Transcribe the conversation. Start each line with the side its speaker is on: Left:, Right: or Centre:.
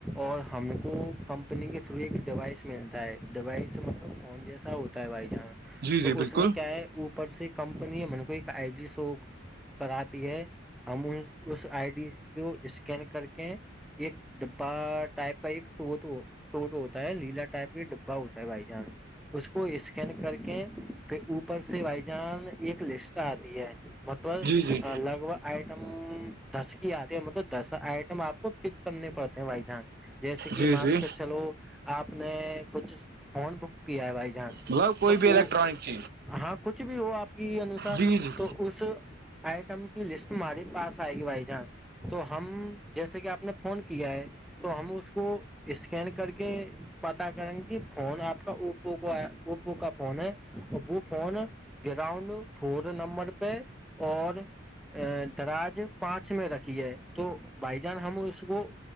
Centre: اور ہم کو کمپنی کے تھرو ایک ڈیوائس ملتا ہے ڈوائس مطلب فون جیسا ہوتا ہے بائی چانس
Right: جی جی
Centre: تو اس
Right: بالکل
Centre: میں کیا ہے اوپر سے کمپنی ہے مے کو ایک آئی جی سو کراتی ہے ہم اس آئی ڈی کو اسکین کر کے ایک ڈبا ٹائپ کا ایک ٹوٹ ٹوٹ ہوتا ہے لیلا ٹائپ کا ڈبا ہوتا بھائی جان اس کو اسکین کر کے پھر اوپر سے بھائی جان ایک لسٹ آتی ہے مطلب
Right: جی جی
Centre: لگ بھگ آئٹم دس کی آتی ہے مطلب دس آئٹم آپ کو پک کرنے پڑتے ہیں بائی چانس جیس
Right: جی
Centre: مان
Right: جی
Centre: کے چلو آپ نے کچھ فون بک کیا ہے بھائی جان
Right: با کوئی
Centre: تو
Right: بھی
Centre: وہ
Right: الیکٹرانکس
Centre: ہاں کچھ بھی ہو آپ کی انوسار
Right: جی جی
Centre: تو اس آئٹم کی لسٹ ماری پس آئے گی بھائی جان تو ہم جیسے کہ آپ نے فون کیا ہے تو ہم اس کو اسکین کر کے پتا کریں گے کہ فون آپ کا اوو کا اپو کا فون ہے وہ فون گراؤنڈ فور نمبر پہ اور ا درج پانچ میں رکھی ہے تو بھائی جان ہم اس کو